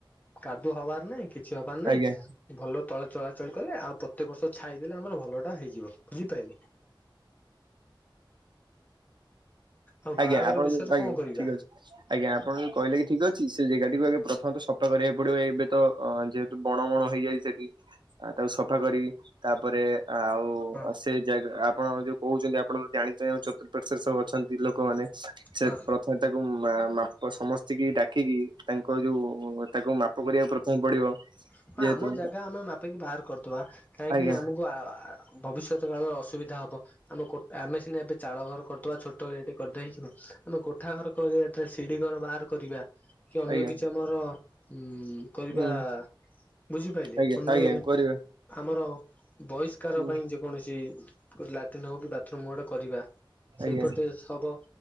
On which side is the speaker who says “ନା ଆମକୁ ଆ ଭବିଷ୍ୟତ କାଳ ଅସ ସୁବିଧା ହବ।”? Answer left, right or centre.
Left